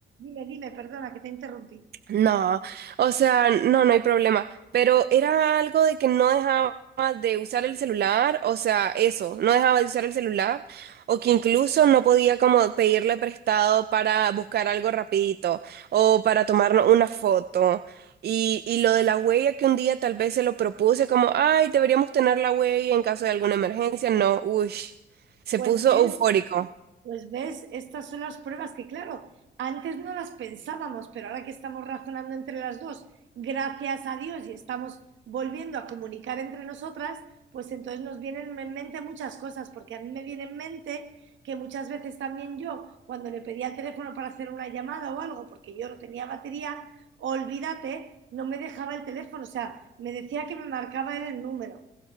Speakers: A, on the right (about 70°); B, on the right (about 55°).
A: Dime, dime, perdona que te he interrumpido.
B: No, o sea, no, no hay problema, pero era algo de que no dejaba de usar el celular, o sea, eso, no dejaba de usar el celular, o que incluso no podía como pedirle prestado para buscar algo rapidito, o para tomarnos una foto. Y, y lo de la huella que un día tal vez se lo propuse como, ay, deberíamos tener la huella en caso de alguna emergencia, no, uy, se
A: Pues
B: puso
A: ves,
B: eufórico.
A: Pues ves, estas son las pruebas que, claro, antes no las pensábamos, pero ahora que estamos razonando entre las dos, gracias a Dios, y estamos volviendo a comunicar entre nosotras, pues entonces nos vienen en mente muchas cosas, porque a mí me viene en mente que muchas veces también yo, cuando le pedía el teléfono para hacer una llamada o algo, porque yo no tenía batería, olvídate, no me dejaba el teléfono, o sea, me decía que me marcaba él el número